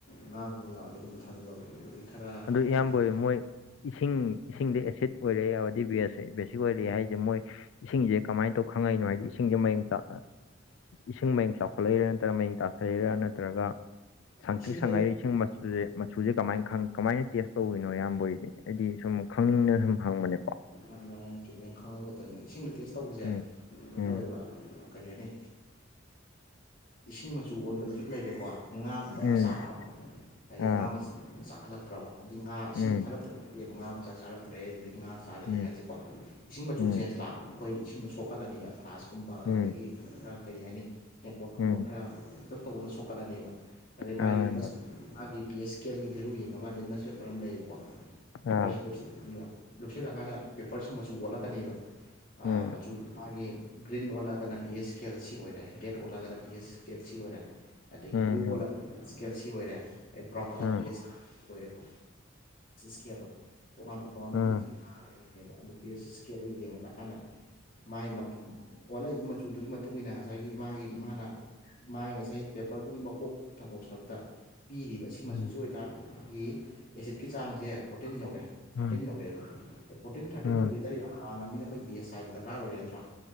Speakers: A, on the left; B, on the left.
A: ꯉꯥꯒꯨꯝꯕ ꯌꯥꯎꯔꯗꯤ ꯑꯗꯨꯝ ꯊꯥꯗꯖꯕ ꯑꯗꯒꯤ ꯈꯔ
B: ꯑꯗꯨ
A: ꯀꯔꯤ
B: ꯏꯌꯥꯝꯕ
A: ꯍꯥꯏꯅꯤ
B: ꯃꯣꯏ ꯏꯁꯤꯡ ꯏꯁꯤꯡꯗ ꯑꯦꯁꯤꯠ ꯑꯣꯏꯔꯦ ꯌꯥꯎꯔꯗꯤ ꯕꯦꯁ ꯕꯦꯁꯤꯛ ꯑꯣꯏꯔꯛꯦ ꯍꯥꯏꯁꯦ ꯃꯣꯏ ꯏꯁꯤꯡꯁꯦ ꯀꯃꯥꯏꯅ ꯇꯧ ꯈꯪꯉꯛꯏꯅꯣ ꯍꯥꯏꯗꯤ ꯏꯁꯤꯡꯁꯦ ꯃꯌꯦꯡ ꯇ ꯏꯁꯤꯡ ꯃꯌꯦꯡ ꯆꯥꯎꯈꯠꯂꯛꯏꯔꯥ ꯅꯠꯇ꯭ꯔꯒ ꯃꯌꯦꯡ ꯇꯥꯊꯔꯥ ꯅꯠꯇ꯭ꯔꯒ ꯁꯪꯇ꯭ꯔꯤꯛ
A: ꯏꯁꯤꯡꯗ
B: ꯁꯉꯥꯏꯗ ꯏꯁꯤꯡ ꯃꯆꯨꯁꯦ ꯃꯆꯨꯁꯦ ꯀꯃꯥꯏ ꯀꯃꯥꯏꯅ ꯇꯦꯁ ꯇꯧꯔꯤꯅꯣ ꯏꯌꯥꯝꯕ ꯍꫭꯏꯅꯦ ꯍꯥꯏꯗꯤ ꯁꯨꯝ ꯈꯪꯅꯤꯡꯅ ꯁꯨꯝ ꯍꯪꯕꯅꯦꯀꯣ
A: ꯑꯗꯨꯃꯥꯏꯅ ꯀꯃꯦ ꯈꯪꯍꯧꯒꯗꯕꯅꯦ ꯏꯁꯤꯡꯗꯣ ꯇꯦꯁ ꯇꯧꯕꯁꯦ
B: ꯎꯝ
A: ꯀꯩꯅꯣ
B: ꯎꯝ
A: ꯇꯧꯋꯦꯕ ꯀꯔꯤ ꯍꯥꯏꯅꯤ ꯏꯁꯤꯡ ꯃꯆꯨ ꯑꯣꯟꯕꯗꯁꯨ ꯂꯩꯔꯦꯀꯣ ꯉꯥꯒꯨꯝꯕ
B: ꯎꯝ
A: ꯌꯥꯝ ꯆꯥꯔꯛꯑꯕ ꯍꯥꯏꯗꯤ
B: ꯑꯥ
A: ꯉꯥ ꯃ ꯆꯥꯈꯠꯂꯛꯇ꯭ꯔꯕ ꯑꯗꯤ ꯉꯥ ꯏꯁꯤꯡꯁ
B: ꯎꯝ
A: ꯐꯠꯂꯛꯇ ꯉꯥ ꯃꯆꯥ ꯆꯥꯔꯛꯇ꯭ꯔꯦ ꯑꯗꯨꯗꯒꯤ ꯉꯥ ꯆꯥꯔꯛꯑꯦ
B: ꯎꯝ
A: ꯍꯥꯏꯁꯦꯀꯣ ꯏꯁꯤꯡ ꯃꯆꯨ
B: ꯎꯝ
A: ꯆꯦꯟꯖ ꯑꯩꯈꯣꯏ ꯏꯁꯤꯡꯗꯣ ꯁꯣꯛꯀꯠꯂꯅꯤꯕ ꯀ꯭ꯂꯒ꯭ꯂꯥꯁꯀꯨꯝꯕ ꯑꯗꯨꯗꯒꯤ
B: ꯎꯝ
A: ꯈꯔ ꯀꯔꯤ ꯍꯥꯏꯅꯤ ꯇꯦꯡꯀꯣꯠꯀꯨꯝꯕ
B: ꯎꯝ
A: ꯈꯔ ꯄꯨꯂꯞ ꯇꯧꯕꯅ ꯁꯣꯛꯀꯠꯂꯅꯦꯕ ꯑꯗꯩ ꯃꯥꯒꯤ
B: ꯑꯥ
A: ꯂꯤꯠꯃꯁ
B: ꯏꯌꯥꯝꯕ
A: ꯃꯥꯒꯤ ꯄꯤ ꯑꯦꯁ ꯀꯦ ꯑꯦꯜꯒꯤ ꯚꯦꯂꯨ ꯌꯦꯡꯉꯀꯥꯟꯗ ꯂꯤꯠꯃꯁ ꯄꯦꯄꯔ ꯑꯃ ꯂꯩꯌꯦꯕꯀꯣ ꯄꯦꯄꯔꯁꯤ
B: ꯑꯥ
A: ꯂꯨꯞꯁꯤꯟꯅꯤꯕ ꯂꯨꯞꯁꯤꯜꯂꯀꯥꯟꯗ ꯄꯦꯄꯔꯁꯤ ꯃꯆꯨ ꯑꯣꯠꯂꯛꯀꯅꯤꯕ
B: ꯎꯝ
A: ꯃꯆꯨ ꯃꯥꯒꯤ ꯒ꯭ꯔꯤꯟ ꯑꯣꯜꯂꯒꯅ ꯄꯤ ꯑꯦꯁ ꯀꯦ ꯑꯦꯜ ꯁꯤ ꯑꯣꯏꯔꯦ ꯔꯦꯠ ꯑꯣꯜꯂꯒꯅ ꯄꯤ ꯑꯦꯁ ꯀꯦ ꯑꯦꯜ ꯁꯤ ꯑꯣꯏꯔꯦ ꯑꯗꯒꯤ
B: ꯎꯝ
A: ꯕ꯭ꯂꯨ ꯑꯣꯂ
B: ꯎꯝ
A: ꯏꯁꯀꯦꯟꯁꯤ ꯑꯣꯏꯔꯦ ꯑꯗꯩ ꯕ꯭ꯔꯥꯎꯟ
B: ꯎꯝ
A: ꯄꯤ ꯑꯦꯁ ꯑꯣꯏꯔꯦꯀꯣ ꯏꯁꯀꯦꯜꯗꯣ ꯇꯣꯉꯥꯟ ꯇꯣꯉꯥꯟꯕꯅꯦꯕ
B: ꯎꯝ
A: ꯑꯗꯨ ꯄꯤ ꯑꯦꯁ ꯏꯁꯀꯦꯜꯗꯨꯣ ꯌꯦꯡꯉꯀꯥꯟꯗ ꯃꯥꯒꯤ ꯑꯣꯜꯂꯛꯏꯕ ꯃꯆꯨꯗꯨꯒꯤ ꯃꯇꯨꯡ ꯏꯟꯅ ꯉꯁꯥꯏꯒꯤ ꯃꯥꯒꯤ ꯃꯥꯅ ꯃꯥꯒꯤ ꯉꯁꯥꯏ ꯄꯦꯄꯔꯗꯨꯒꯤ ꯃꯀꯣꯛ ꯊꯪꯕ ꯁꯔꯨꯛꯇ ꯄꯤꯔꯤꯕ ꯁꯤ ꯃꯆꯨꯁꯤ
B: ꯎꯝ
A: ꯑꯣꯏꯇꯥꯔꯦ ꯑꯩꯈꯣꯏꯒꯤ ꯑꯦꯁꯤꯠꯀꯤ ꯆꯥꯡꯁꯦ ꯐꯣꯔꯇꯤꯟ ꯌꯧꯔꯦ ꯊꯥꯔꯇꯤꯟ
B: ꯎꯝ
A: ꯌꯧꯔꯦ ꯑꯦ ꯐꯣꯔꯇꯤꯟ ꯊꯥꯔꯇꯤꯟ
B: ꯎꯝ
A: ꯌꯧꯈ꯭ꯔꯤꯗ ꯌꯥꯝ ꯋꯥꯡꯉꯕꯅꯤꯅ ꯑꯩꯈꯣꯏ ꯕꯤ ꯑꯦꯁ ꯍꯥꯏꯕꯔꯀꯥꯔ ꯑꯣꯏꯔꯦ ꯅꯠꯇ꯭ꯔꯥ